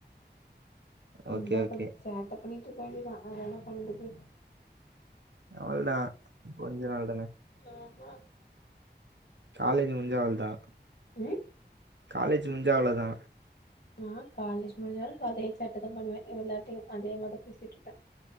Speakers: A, on the right; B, on the left.
A: ஓகே
B: இதுதா
A: ஓகே.
B: கொஞ் சேட்ட பண்ணிட்டு இருக்க வேண்டியதா வேற என்ன பண்றது
A: எவ்ளோ நா கொஞ்ச நாள்தானே
B: ஆமா
A: காலேஜ் முடிஞ்சா அவ்ள்தா
B: ம்
A: காலேஜ் முடிஞ்சா அவ்ளோதா
B: நா காலேஜ் முடிஞ்சாலு இப்ப அதே சேட்டதா பண்ணுவே எல்லார்ட்டையு அதே மார்தா பேசிட்டுருப்பே